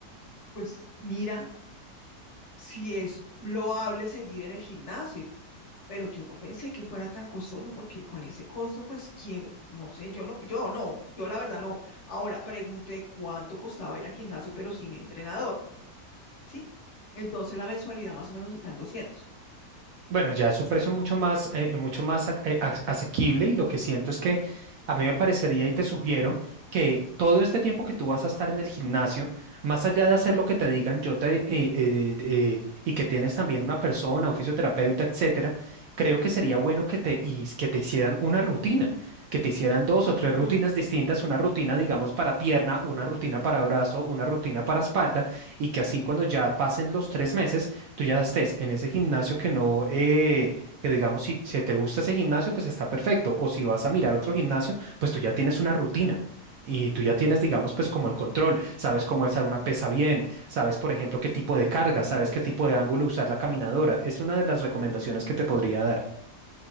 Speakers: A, on the left; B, on the right.
A: pues mira si es loable seguir en el gimnasio. pero yo no pensé que fuera tan costoso porque con ese costo, pues, que no sé, yo no, yo no, yo la verdad no. Ahora pregunté cuánto costaba ir al gimnasio, pero sin entrenador, ¿sí? Entonces la mensualidad más o menos está en doscientos
B: Bueno, ya es un
A: ¿sí?
B: precio mucho más, eh, mucho más ac- eh, ac- asequible y lo que siento es que a mí me parecería y te sugiero que todo este tiempo que tú vas a estar en el gimnasio, más allá de hacer lo que te digan, yo te eh, eh, eh, y que tienes también una persona, un fisioterapeuta, etcétera, creo que sería bueno que te his- que te hicieran una rutina, que te hicieran dos o tres rutinas
A: Mm,
B: distintas, una rutina, digamos, para pierna, una rutina para brazo, una rutina para espalda y que así cuando ya pasen los tres meses tú ya estés en ese gimnasio que no, eh, que digamos, si, si te gusta ese gimnasio, pues está perfecto. O si vas a mirar otro gimnasio, pues tú ya tienes una rutina. Y tú ya tienes, digamos,
A: Mm,
B: pues como el control, sabes cómo alzar una pesa bien, sabes, por ejemplo, qué tipo de carga,
A: mm,
B: sabes
A: Así es.
B: qué tipo de ángulo usar la caminadora. Es una de las recomendaciones que te podría dar.